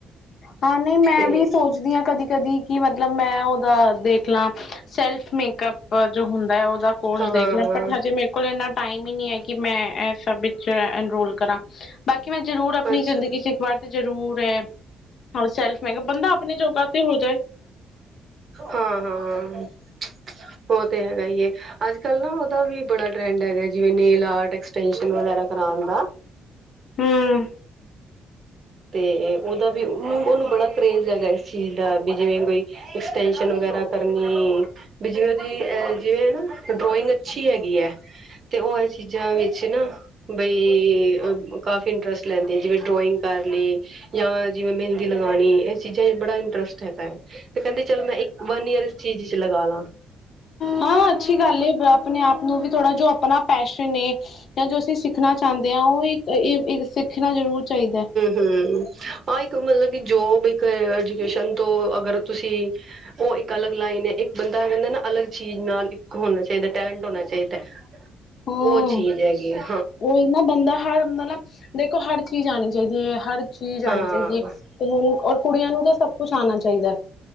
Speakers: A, on the left; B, on the right.
A: ਹਾਂ ਨਹੀਂ ਮੈਂ
B: ਤੇ
A: ਵੀ ਸੋਚਦੀ ਹਾਂ ਕਦੀ ਕਦੀ ਕੀ ਮਤਲਬ ਮੈਂ ਉਹਦਾ ਦੇਖ ਲਾਂ ਸੈਲਫ ਮੇਕਅਪ ਜੋ ਹੁੰਦਾ ਹੈ ਉਹਦਾ ਕੋਰਸ
B: ਹਾਂ,
A: ਦੇਖ ਲੈ ਬਟ ਹਜੇ ਮ <unintelligible> ਕੋਲ ਇੰਨਾ ਟਾਈਮ ਹੀ ਨੀ ਹੈ ਕਿ ਮੈਂ ਇਹ ਸਭ ਵਿੱਚ ਇਨਰੋਲ ਕਰਾਂ ਬਾਕੀ ਕਿ ਮੈਂ ਜ਼ਰੂਰ ਆਪਣੀ
B: ਅੱਛਾ
A: ਜ਼ਿੰਦਗੀ
B: ਜੀ।
A: ਚ ਇੱਕ ਵਾਰ ਤੇ ਜ਼ਰੂਰ ਹੈ ਉਹ ਸੈਲਫ ਮੈਂ ਕਿਹਾ ਬੰਦਾ ਆਪਣੇ ਜੋਗਾ ਤੇ ਹੋ ਜਾਏ
B: ਹਾਂ ਹਾਂ ਉਹ ਤੇ ਹੈਗਾ ਏ ਅੱਜਕੱਲ੍ਹ ਨਾ ਉਹਦਾ ਵੀ ਬੜਾ ਟਰੈਂਡ ਹੈਗਾ ਜਿਵੇ ਨੇਲ ਆਰਟ ਐਕਸਟੈਨਸ਼ਨ ਵਗੈਰਾ ਕਰਵਾਉਣ ਦਾ
A: ਹਮ
B: ਤੇ ਉਹਦਾ ਵੀ ਉਹਨੂੰ ਉਹਨੂੰ ਬੜਾ ਕਰੇਜ ਹੈਗਾ ਇਸ ਚੀਜ਼ ਦਾ ਵੀ ਜਿਵੇਂ ਕੋਈ ਐਕਸਟੈਂਸ਼ਨ ਵਗੈਰਾ ਕਰਨੀ ਬ ਜਿਵੇਂ ਦੀ ਜਿਵੇਂ ਨਾ ਡਰੋਇੰਗ ਅੱਛੀ ਹੈਗੀ ਹੈ ਤੇ ਉਹ ਇਹ ਚੀਜ਼ਾਂ ਵਿੱਚ ਨਾ ਬਈ ਕਾਫੀ ਇੰਟਰਸਟ ਲੈਂਦੀ ਆ ਜਿਵੇਂ ਡਰੋਇੰਗ ਕਰ ਲਈ ਜਾਂ ਜਿਵੇਂ ਮਹਿੰਦੀ ਲਗਾਉਣੀ ਇਹ ਚੀਜ਼ਾਂ ਚ ਬੜਾ ਇੰਟਰਸਟ ਹੈਗਾ ਹੈ ਤੇ ਕਹਿੰਦੀ ਚਲ ਮੈਂ ਇੱਕ ਵਨ ਈਅਰ ਇਸ ਚੀਜ਼ ਚ ਲਗਾ ਲਾ
A: ਹਾਂ ਅੱਛੀ ਗੱਲ ਹੈ ਆਪਣੇ ਆਪ ਨੂੰ ਵੀ ਥੋੜਾ ਜੋ ਆਪਣਾ ਪੈਸ਼ਨ ਜਾਂ ਜੋ ਅਸੀਂ ਸਿੱਖਣਾ ਚਾਹੁੰਦੇ ਹਾਂ ਉਹ ਇੱਕ ਸਿੱਖਣਾ ਜ਼ਰੂਰ ਚਾਹੀਦਾ ਹੈ
B: ਹਮ ਹਾਂ ਇੱਕ ਮਤਲਬ ਕਿ ਜੋਬ ਇੱਕ ਐਜੂਕੇਸ਼ਨ ਤੋਂ ਅਗਰ ਤੁਸੀਂ ਉਹ ਇੱਕ ਅਲੱਗ ਲਾਈਨ ਹੈਏ ਬੰਦਾ ਕਹਿੰਦਾ ਨਾ ਅਲੱਗ ਚੀਜ਼ ਨਾਲ ਇੱਕ ਹੋਣਾ ਚਾਹੀਦਾ ਟੈਲੈਂਟ ਹੋਣਾ ਚਾਹੀਦਾ
A: ਹਮ
B: ਉਹ ਚੀਜ਼ ਹੈਗੀ ਆ
A: ਉਹੀ ਨਾ ਬੰਦਾ ਹਰ ਮਤਲਬ ਦੇਖੋ ਹਰ ਚੀਜ਼ ਆਉਣੀ ਚਾਹੀਦੀ ਹੈ ਹਰ ਚੀਜ਼
B: ਹਾਂ-ਹਾਂ
A: ਆਉਣੀ ਚਾਹੀਦੀ ਹੈ ਤੇ ਹੁਣ ਔਰ ਕੁੜੀਆਂ ਨੂੰ ਤਾਂ ਸਭ ਕੁਛ ਆਉਣਾ ਚਾਹੀਦਾ